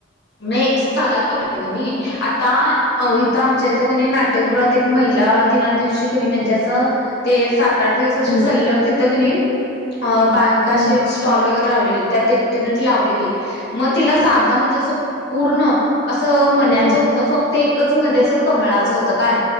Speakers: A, on the left; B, on the left.
A: नाही, सांगाय पाहिजे ग मी. आता, अ. इथं आमच्या इथं कणी नाट नाट्यगृहात एक, महिला दिना दिवशी कनी म्हणजे असं तेच सात -आठ दिवस असे
B: हम्म
A: सल्लग तिथं कनी. बायका असे
B: हम्म
A: स्टॉल वगैरे लावलेलीत. त्यात एकटीनच लावलेली. मग, तिला साधा म्हणजे असं पूर्ण असं मण्याचं
B: हम्म
A: होतं. फक्त एकच मधे असं कमळाचं होतं काय.